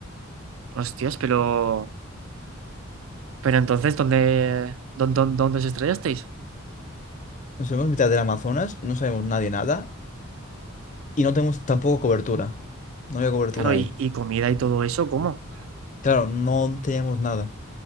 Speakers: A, on the right; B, on the left.
A: hostias, pero, pero entonces, ¿dónde, dónde, dónde, dónde os estrellasteis?
B: Nos vemos en mitad del Amazonas, no sabemos nadie nada, y no tenemos tampoco cobertura. No había cobertura
A: Claro, y,
B: ahí.
A: y comida y todo eso, ¿cómo?
B: Claro, no teníamos nada.